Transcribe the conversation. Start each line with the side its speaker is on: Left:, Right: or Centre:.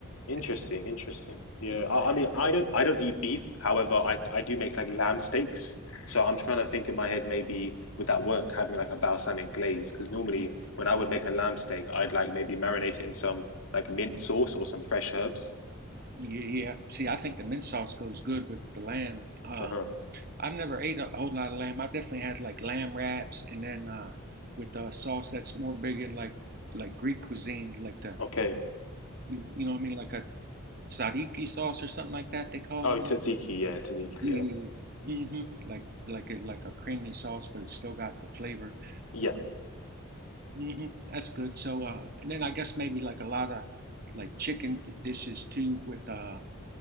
Left: Interesting,
Right: And
Left: interesting. Yeah.
Right: mm,
Left: I, I mean, I don't I don't eat beef. However, I I do make like lamb steaks. So I'm trying to think in my head maybe would that work having like a balsamic glaze? Because normally when I would make a lamb steak, I'd like maybe marinate it in some like mint sauce or some fresh herbs.
Right: yeah, yeah. See, I think the mint sauce goes good with the lamb. Uh,
Left: Uh-huh.
Right: I've never ate a whole lot of lamb. I've definitely had like lamb wraps, and then uh, with a sauce that's more big in like like Greek cuisine, like the
Left: Okay.
Right: you, you know what I mean, like a tzatziki sauce or something like that. They call
Left: Oh,
Right: it.
Left: tzatziki, yeah, tzatziki,
Right: Yeah. hmm Like like a, like a creamy sauce, but it's still got the flavor.
Left: yeah.
Right: But hmm that's good. So uh, and then I guess maybe like a lot of like chicken dishes too with uh